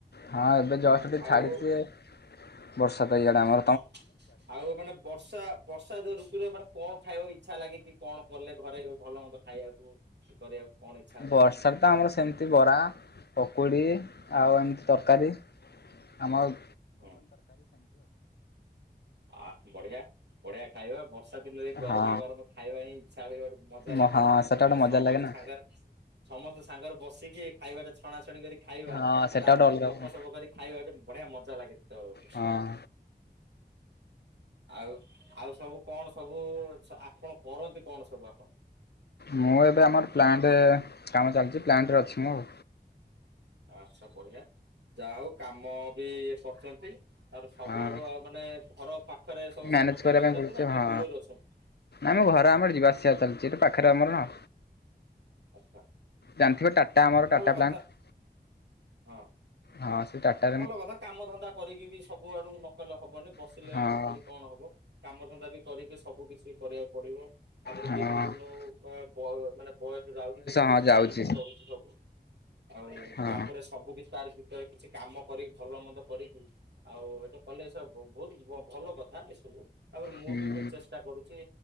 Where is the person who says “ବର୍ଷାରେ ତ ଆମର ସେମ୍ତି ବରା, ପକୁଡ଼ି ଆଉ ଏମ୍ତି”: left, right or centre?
Left